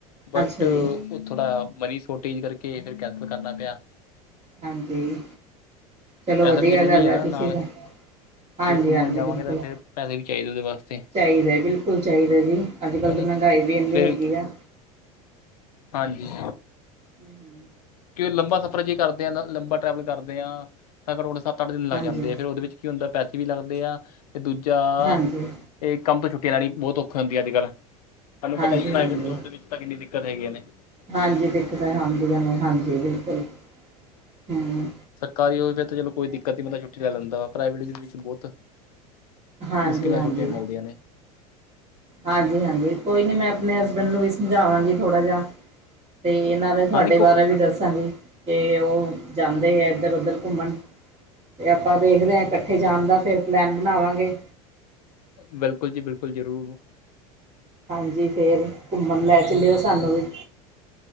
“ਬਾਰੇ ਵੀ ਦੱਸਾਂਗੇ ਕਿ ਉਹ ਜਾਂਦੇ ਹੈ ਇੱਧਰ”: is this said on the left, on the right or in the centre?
Right